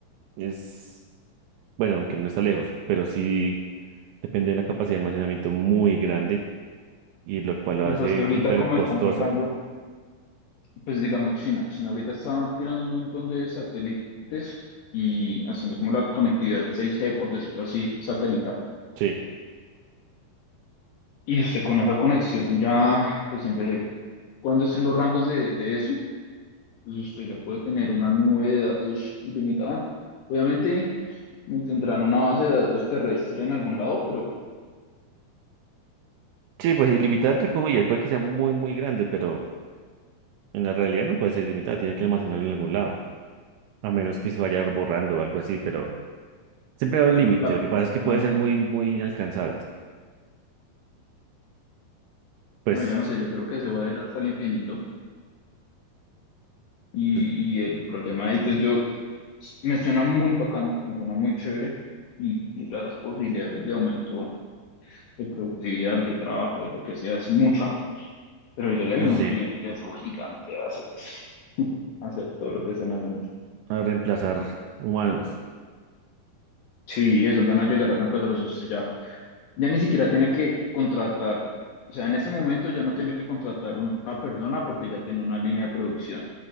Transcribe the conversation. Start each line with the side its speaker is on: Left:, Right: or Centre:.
Right: es, bueno, aunque no está lejos, pero sí depende de una capacidad de almacenamiento muy grande y lo cual lo
Left: pues
Right: hace
Left: es que ahorita
Right: hiper
Left: como
Right: costoso.
Left: están sacando, pues digamos China, China ahorita está tirando un montón de satélites y haciendo como la conectividad 6G, por decirlo así, satelital.
Right: Sí.
Left: Y usted con esa conexión ya, pues siempre, cuando estén los rangos de, de eso? pues usted ya puede tener una nube de datos ilimitada. Obviamente me tendrán una base de datos terrestre en algún lado, pero
Right: Sí, pues ilimitada entre comillas, puede que sea muy, muy grande, pero en la realidad no puede ser ilimitada, tiene que almacenarlo en algún lado, a menos que se vaya borrando o algo así, pero Siempre hay
Left: pero
Right: un límite,
Left: es un cloud,
Right: lo que pasa es que puede
Left: una nube.
Right: ser muy, muy inalcanzable. Pues,
Left: Bueno, yo no sé, yo creo que se va a ir hasta el infinito. Y,
Right: pues,
Left: y el problema ahí, pues yo, me suena muy bacano, me suena muy chévere. Y, y las posibilidades de aumento de productividad, de trabajo, de lo que sea, es mucha. Pero yo le
Right: eso
Left: veo
Right: sí,
Left: un riesgo gigante a hacer eso, <laughs> a hacer todo lo que están haciendo.
Right: a reemplazar humanos.
Left: Sí, eso van a llegar a reemplazar eso sí, ya. Ya ni siquiera tiene que contratar, o sea, en ese momento ya no tiene que contratar una persona porque ya tiene una línea de producción.